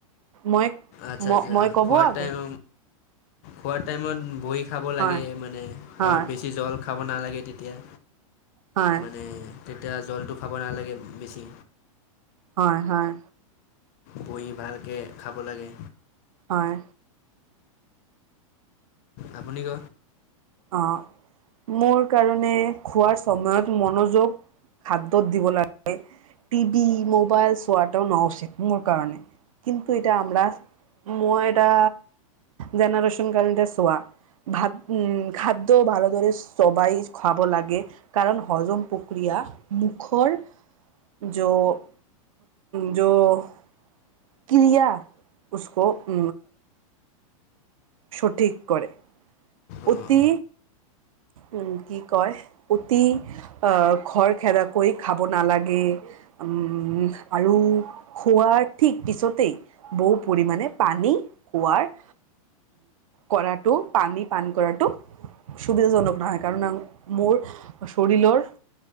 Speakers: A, on the right (about 70°); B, on the left (about 25°).
A: মই
B: আচ্ছা আচ্ছা
A: মই ক'ব
B: খোৱাৰ
A: আগে
B: টাইম খোৱাৰ টাইমত বহি খাব লাগে
A: হয়
B: মানে
A: হয়
B: অৰ বেছি জল খাব নালাগে তেতিয়া
A: হয়।
B: মানে তেতিয়া জলটো খাব নালাগে বেছি।
A: হয়, হয়।
B: বহি ভালকে খাব লাগে।
A: হয়।
B: আপুনি ক
A: অ' মোৰ কাৰণে খোৱাৰ সময়ত মনোযোগ খাদ্যত দিব লাগে। টভি মোবাইল চোৱাটোও ন উচিত মোৰ কাৰনে, কিন্তু এটা আমাৰ মই এটা জেনেৰেশ্যন কাৰণে এতিয়া চোৱা, ভাত উ খাদ্য ভালদৰে চোবাই খোৱাব লাগে। কাৰণ হজম প্ৰক্ৰিয়া মুখৰ য' য' ক্ৰিয়া উছক সঠিক কৰে।
B: অঁ অঁ
A: অতি উম, কি কয়, অতি আহ খৰ খেদ কৈ খাব নালাগে। অম আৰু খোৱাৰ ঠিক পিছতেই বহু পৰিমাণে পানী খোৱাৰ কৰাটো পানী পান কৰাটো সুবিধাজনক নহয়, কাৰণ মোৰ শৰীৰৰ